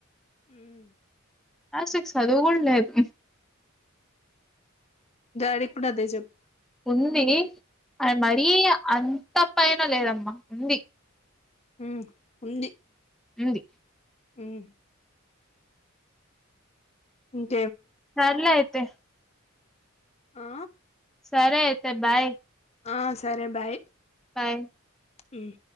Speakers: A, on the left; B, in the centre.
A: ఉమ్
B: ఆ సిస్ అది గూడ లేదు.
A: డాడీక్కుడా అదే జెప్
B: ఉందీ. టాయ్ మరీ అన్ తప్పైన లేదమ్మా, ఉంది.
A: ఉమ్ ఉంది.
B: ఉంది
A: మ్మ్ మ్మ్
B: సర్లే అయిత్ తె
A: ఆ
B: సరె అయితే, బాయ్.
A: ఆ సరె, బాయ్.
B: బాయ్.
A: ఉమ్